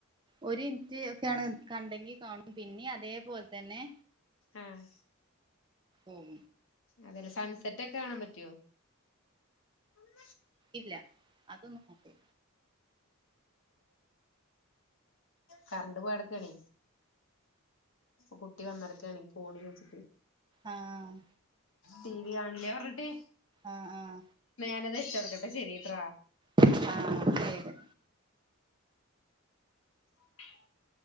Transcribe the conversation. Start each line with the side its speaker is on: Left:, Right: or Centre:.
Right: ഒരു മിൻറ്റ് ഒക്കെയാണ് കണ്ടെങ്കി കാണും. പിന്നെയും അതേപോലെ തന്നെ
Left: ഏഹ്
Right: ഉം
Left: അതല്ല സൺസെറ്റ് ഒക്കെ കാണാൻ പറ്റിയോ <unintelligible> <unintelligible>
Right: ഇല്ല അതൊന്നും അതെ
Left: കറണ്ട് പോയടക്കാണെ കുട്ടി വന്നടക്കണീ ഫോണ് ചോയിച്ചിട്ട്
Right: ആഹ്
Left: ടിവി കാണല്ലേ പറിഞ്ഞിട്ട്
Right: ആഹ് ആഹ്
Left: ന്ന വെച്ച് കൊടുക്കട്ടെ ശെരിട്ര
Right: ആ ശെരി
Left: <inaudible>